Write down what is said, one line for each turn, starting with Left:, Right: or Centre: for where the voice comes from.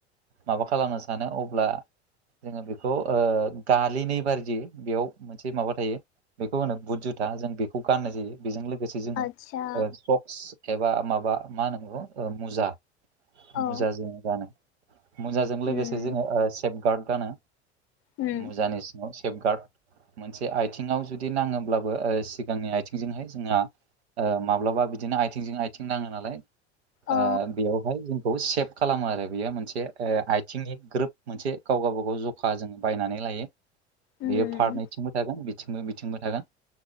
Right: माबा खालामनो सानो, अब्ला जोङो बेखौ गालिनै बारदि बेयाव मोनसे माबा थायो। बेखौ होनो बुट जुथा जों बेखौ गाननाय जायो। बेजों लोगोसे जोङो
Left: आतसा
Right: ओ सक्स एबा माबा मा होनगौ मुजा
Left: औ
Right: मुजा जोंङो गानो। मुजाजों लोगोसे
Left: उम
Right: जोङो सेफगार्ड गानो
Left: उम
Right: मुजानि सेफगार्ड मोनसे आथिङाव जुदि नाङोब्लाबो ओ सिगांनि आथिंजोंहाय जोंहा ओ माब्लाबा बिदिनो आथिंजों आइथिं नाङो नालाय ओ
Left: औ
Right: बेयावहाय जों खौ सेप खालामो आरो बेयो मोनसे ओ आथिंनि ग्रोब मोनसे गाव गावबागाव ज खा जों बायनानै लायो
Left: उम
Right: बेयो फारनैथिंबो थागोन बिथिंबो बिथिंबो थागोन।